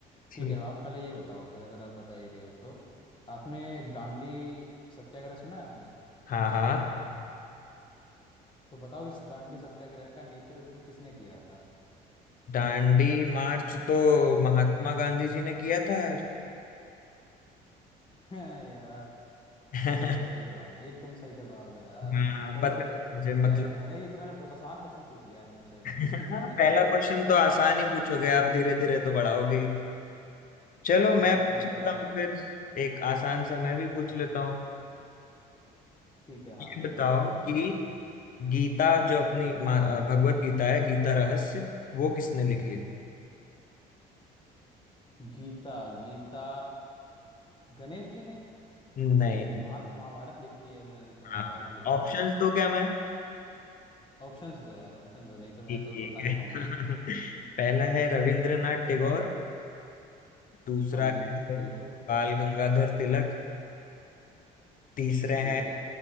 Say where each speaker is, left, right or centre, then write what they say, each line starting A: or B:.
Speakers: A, on the left; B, on the left.
A: ठीक।
B: ठीक है आप पहले ये बताओ फिर अगर आप बता ही रहे हो तो आपने दांडी सत्याग्रह सुना है आपने
A: हाँ हाँ
B: तो बताओ इस दांडी सत्याग्रह का नेतृत्व किसने किया था
A: दांडी मार्च तो महात्मा गांधी जी ने किया था यार
B: <laughs> यार
A: <laughs>
B: सही का सही जवाब है एकदम सही जवाब है यार
A: हाँ
B: चलो
A: पता
B: फिर
A: था मुझे मतलब
B: क्या ही बताऊं यार ये तो मैंने बहुत आसान क्वेश्चन पूछ लिया है तुमसे
A: <laughs>
B: मुश्किल पूछना
A: हाँ,
B: चाहिए
A: पहला
B: था
A: क्वेश्चन तो आसान ही पूछोगे आप धीरे धीरे तो बढ़ाओगे ही। चलो मैं
B: चलो
A: पूछ
B: ठीक
A: लेता
B: है अब
A: हूँ फिर एक आसान सा मैं भी पूछ लेता हूँ
B: ठीक है हाँ
A: ये
B: बिल्कुल
A: बताओ
B: ठीक है ठीक
A: कि
B: है ठीक है
A: गीता जो अपनी मा- भगवत गीता है गीता रहस्य वो किसने लिखी है
B: गीता गीता गणेश जी ने
A: नहीं
B: नहीं नहीं महात महाभारत लिखी है उन्होंने तो महाभारत
A: हाँ
B: लिखी
A: ऑप्शंस
B: थी
A: दो क्या मैं
B: ऑप्शंस दो यार ऑप्शन दो नहीं तो मैं
A: ठीक
B: तो
A: ठीक
B: बता नहीं
A: है
B: पाऊंगा
A: <laughs> पहला है रविंद्रनाथ टैगोर दूसरा
B: हाँ जी
A: है
B: बिल्कुल
A: बाल गंगाधर तिलक तीसरे
B: ठीक
A: हैं
B: है